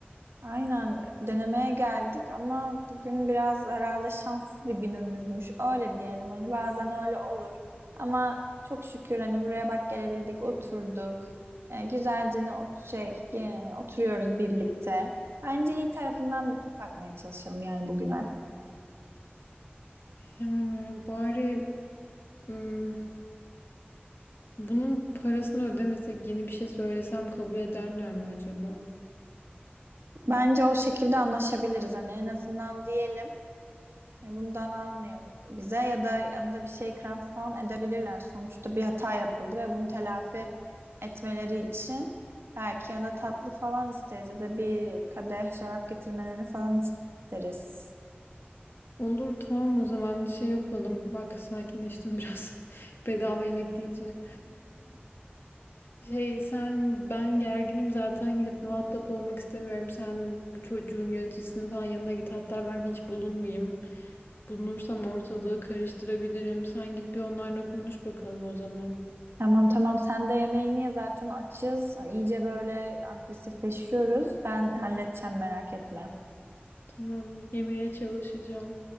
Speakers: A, on the right; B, on the left.
A: Aynen denemeye geldik ama bugün biraz herhalde şanssız bir günümüzmüş. Öyle diyelim hani bazen öyle olur. Ama çok şükür hani buraya bak gelebildik, oturduk. E, güzelce ne ot- şey e, oturuyoruz birlikte. Bence iyi tarafından bakmaya çalışalım yani bugüne.
B: Yani bari ım, bunun parasını ödemesek yeni bir şey söylesem kabul ederler mi acaba?
A: Bence o şekilde anlaşabiliriz. Hani en azından diyelim hani bundan almayın bize ya da yanında bir şey krem falan edebilirler. Sonuçta bir hata yapıldı ve bunu telafi etmeleri için belki yanında tatlı falan isteriz ya da bir kadeh şarap getirmelerini falan isteriz.
B: Olur tamam o zaman şey yapalım. Bak sakinleştim biraz. <laughs> Bedava yemek deyince. Şey sen ben gerginim zaten gidip muhatap olmak istemiyorum. Sen bu çocuğun yöneticisinin falan yanına git. Hatta ben hiç bulunmayayım. Bulunursam ortalığı karıştırabilirim. Sen git bir onlarla konuş bakalım o zaman.
A: Tamam tamam sen de yemeğini ye zaten açız. İyice böyle agresifleşiyoruz. Ben halledeceğim merak etme.
B: Tamam yemeye çalışacağım.